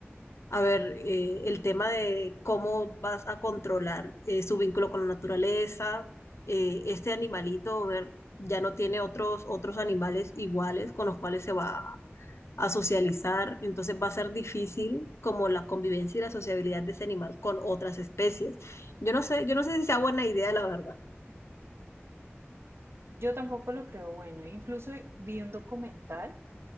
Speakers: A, on the left; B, on the right.
A: a ver, eh, el tema de cómo vas a controlar eh, su vínculo con la naturaleza, eh, este animalito, ver, ya no tiene otros, otros animales iguales con los cuales se va a, socializar, entonces va a ser difícil como la convivencia y la sociabilidad de ese animal con otras especies. Yo no sé, yo no sé si sea buena idea, la verdad.
B: Yo tampoco lo creo bueno, incluso vi un documental